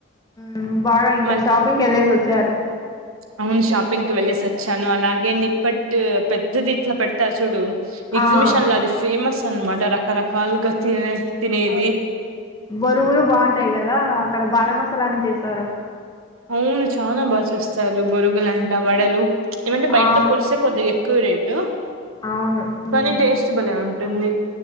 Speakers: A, on the left (about 20°); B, on the right (about 80°).
A: హ్ బాగా ఇంకా
B: మళ్
A: షాపింగ్కి వెళ్ళేసి వచ్చారు.
B: అవును షాపింగ్కి వెళ్లేేసి వచ్చాను. అలాగే నిప్పట్ పెద్దది ఇట్లా పెడతారు చూడు ఎగ్జిబిషన్
A: ఆ
B: లో అది ఫేమస్ అనమాట రకరకాలుగా తినే తినేది.
A: బొరుగులు బావుంటాయి కదా. అక్కడ బారామసాలా అని చేస్తారు.
B: అవును చాలా బాగా చూస్తారు బురుగులంటా వడలు ఏమంటే బయటతో
A: ఆ
B: పులిసే కొద్దిగా ఎక్కువ రేటు
A: అవును మ్మ్
B: కానీ టేస్ట్ బలే ఉంటుంది